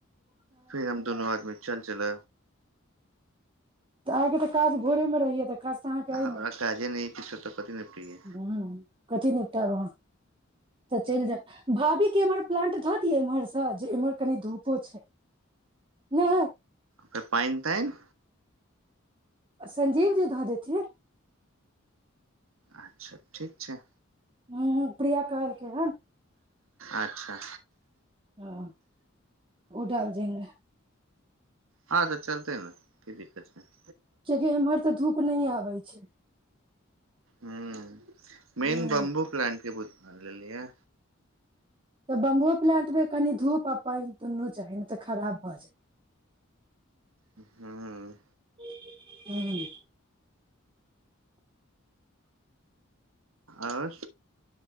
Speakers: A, on the right; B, on the right.
A: फिर हम दुनू आदमी चल चल
B: तऽ आइके तऽ काज भोरे मे रहैय तऽ काज तऽ अहाँके अ
A: हमरा
B: ने
A: काजे नहि किछो तऽ कथी निपटियै
B: ह कथी नहि तब तऽ चलि जाउ भाभी के एमहर प्लांट धऽ दिय इम्हर से जे इम्हर कनि धूपो छै ने
A: त पइन तन
B: संजीव जी धऽ देथिन
A: अच्छा ठीक छै
B: ह प्रिया कहलकै हन
A: अच्छा
B: हँ ओ डाल देंगे
A: हँ तऽ चलतेै ने को दिक्कत नहि
B: कआकि एम्हर तऽ धूप नहि आबै छै
A: हुँ मेन
B: हँ
A: बम्बू प्लानंट के बुत लेलिय
B: तऽ बम्बओ प्लाानंटमे कनि धूप आ पानि दुनू चाही नहि तऽ खराब भऽ जाय
A: हुँ
B: ह <inaudible>
A: आओर